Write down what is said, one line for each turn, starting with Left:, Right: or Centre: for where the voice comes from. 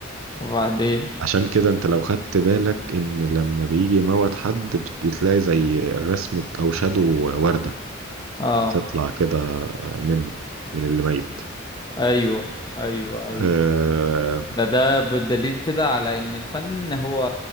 Left: وبعدين
Right: عشان كده انت لو خدت بالك ان لما بيجي موت حد بت- بتلاقي زي رسمة او شادو وردة
Left: اه
Right: بتطلع كده آه، منه من اللي ميت
Left: ايوه ايوه ايوه
Right: آه
Left: ده ده بالدليل كده على ان الفن هو